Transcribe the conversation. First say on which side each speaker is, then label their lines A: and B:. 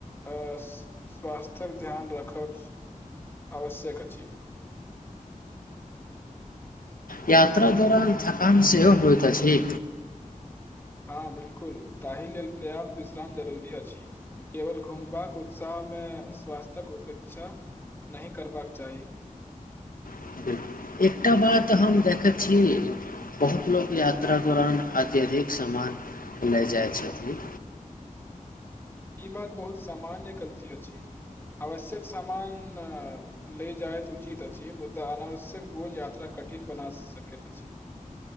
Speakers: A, on the left; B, on the left.
A: आ स्वास्थ्यक ध्यान रखब आवश्यक अछि
B: यात्रा दौरान थकान सेहो होइत अछि
A: हँ बिलकुल ताहि लेल पर्याप्त विश्राम जरूरी अछि केवल घुमबाक उत्साहमे स्वास्थ्यक उपेक्षा नहि करबाक चाही
B: बिल्कुल। एकटा बात हम देखैत छी बहुत लोक यात्रा दौरान अत्यधिक सामान लए जाइ छथि
A: ई बात बहुत सामान्य गलती अछि आवश्यक सामान ले जायत उचित अछि मुदा अनावश्यक बोझ यात्रा कठिन बना सकैत अछि